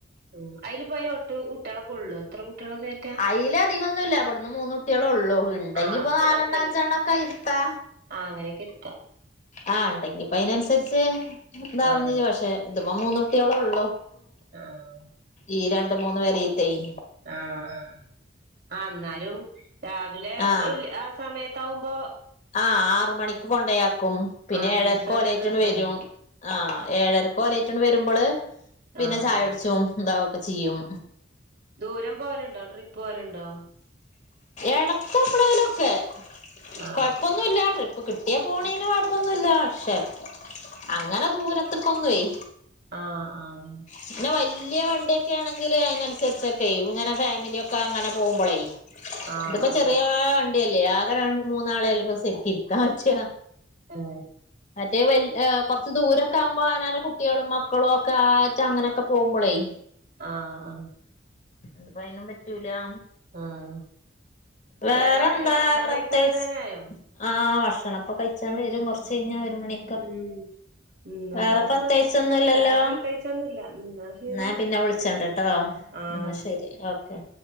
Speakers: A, on the right; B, on the left.
A: ഉം അയില് പോയാ ഒട്ട് കുട്ട്യേളെ കൊള്ളോ എത്ര കുട്ട്യേളെ കേറ്റാ
B: അയിലധികൊന്നുല്ല ഇവട്ന്ന് മൂന്നുട്ട്യേളൊള്ളൂ ഇണ്ടെങ്കിപ്പൊ
A: ആഹ് അതോണ്ട്
B: നാലെണ്ണം
A: കൊഴപ്പല്ല.
B: അഞ്ചെണ്ണൊക്കെ ഇര്ത്താ
A: ആഹ് അങ്ങനെക്കെ ഇരിക്ക
B: ആഹ് ഇണ്ടെങ്കിപ്പയിനൻസരിച്ച് ഇതാവും
A: ആഹ്
B: ചിയ്യ പക്ഷെ ഇത്പൊ മൂന്ന്ട്ട്യേളൊള്ളൂ
A: ആഹ്
B: ഈ രണ്ട് മൂന്ന് പെരെത്തേയ്
A: ആഹ് ആഹ്‌ ആഹ് ഇന്നാലും രാവിലേ
B: ആഹ്
A: ബല് ആസ് സമയത്താവുമ്പോ
B: ആഹ് ആറ് മണിക്ക് കൊണ്ടയാക്കും പിന്നെ
A: ആ
B: ഏഴരക്ക്
A: ദിവസല്ല
B: ഓലേയിറ്റ്ണ്ട്
A: ട്രിപ്പല്ലേ
B: വരും ആഹ് ഏഴരക്കോലേയ്റ്റ്ണ്ട് വരുമ്പള് പിന്നെ
A: ആഹ്
B: ചായുടിച്ചും
A: ആഹ്
B: ഇതാവൊക്കെ ചിയ്യും
A: ദൂരം പോവല്ണ്ടോ ട്രിപ്പ് പോവല്ണ്ടോ
B: എടക്ക് എപ്പളേലൊക്കേ
A: ആഹ്
B: കൊയപ്പൊന്നുല്ല ട്രിപ്പ് കിട്ട്യാ പോണേന് കൊയപ്പൊന്നുല്ല പക്ഷെ അങ്ങനെ ദൂരത്ത്ക്കൊന്നൊയ്
A: ആഹ് ആഹ്
B: പിന്നെ വല്ല്യെ വണ്ട്യൊക്കേണെങ്കില് അയിനൻസരിച്ചൊക്കേവും ഇങ്ങനെ ഫാമിലി ഒക്കെ അങ്ങനെ പോവുമ്പളയ്
A: ആഹ്
B: ഇത്പ്പോ
A: ആഹ്
B: ചെറിയ വണ്ടിയല്ലേ ആകെ രൺ മൂന്നാളേയെല്ലപ്പത് സരിക്ക് ഇരിക്കാൻ പറ്റാ
A: ഏഹ്
B: മറ്റേത് വൽ ഏ കൊറച്ച് ദൂരൊക്കെ ആവുമ്പോ അവനാന്റെ കുട്ട്യേളും മക്കളൊക്കെ ആ ച്ച അങ്ങനൊക്കെ പോവുമ്പളേയ്
A: ആഹ് ആഹ്
B: അത്പ്പയ്നും പറ്റൂലാ
A: ആഹ്
B: വേറെന്താ
A: വരാനായോ ഭക്ഷണം
B: പ്രത്യേകിച്ച്
A: കഴിക്കാൻ വരാനായോ
B: ആഹ് ഭക്ഷണപ്പൊ കയിച്ചാ വരും കൊറച്ചയിഞ്ഞാ ഒര് മണി
A: ഉം എന്നാ
B: വേറെ
A: ആയിക്കോട്ടെ
B: പ്രത്യേകിച്ചൊന്നുംല്ലല്ലോ
A: വേറെ പ്രത്യേകിച്ചൊന്നുല്ല എന്നാ ശരി
B: ഇന്നാ ഞാൻ പിന്നെ വിളിച്ചണ്ട്ട്ടോ
A: ആഹ്
B: ഇന്നാ
A: ഓക്കെ
B: ശെരി ഓക്കെ
A: ആ.